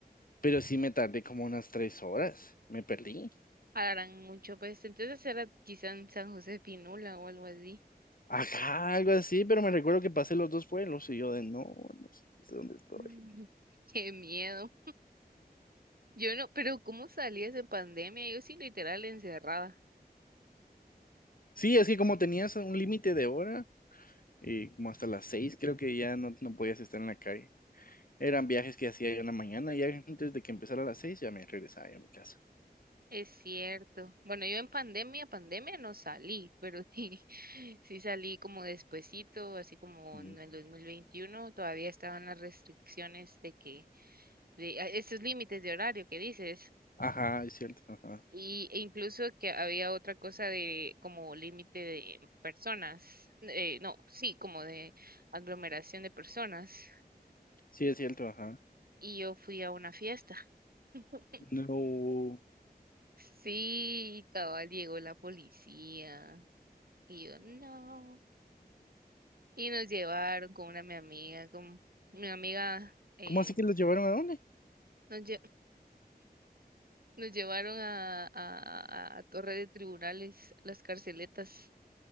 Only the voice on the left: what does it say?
pero sí me tardé como unas tres horas, me perdí.
Ajá, algo así, pero me recuerdo que pasé los dos pueblos y yo de no, no sé dónde estoy.
Sí, es que como tenías un límite de hora, y como hasta las seis creo que ya no, no podías estar en la calle. Eran viajes que hacía yo en la mañana, y antes de que empezara a las seis ya me regresaba yo a mi casa.
Ujú.
Ajá, es cierto, ajá.
Sí, es cierto, ajá.
No.
¿Cómo así que los llevaron a dónde?